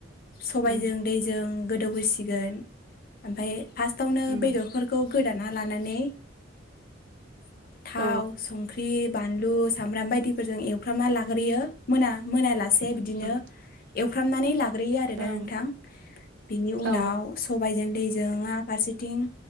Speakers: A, on the left; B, on the right.
A: सबायजों
B: उम
A: दैजों गोदौहैसिगोन ओमफ्राय फार्स्टआवनो
B: उम
A: बेदरफोरखौ गोदाना लानानै थाव
B: औ
A: संख्रि बानलु सामब्राम बायदि जों एवफ्रामना लाग्रोयो मोना मोनालासे बिदिनो
B: ओं
A: एवफ्रामनानै ला आरोना
B: ओं
A: नोंथां बिनि
B: औ
A: उनाव सबायजों दैजों फारसेथिं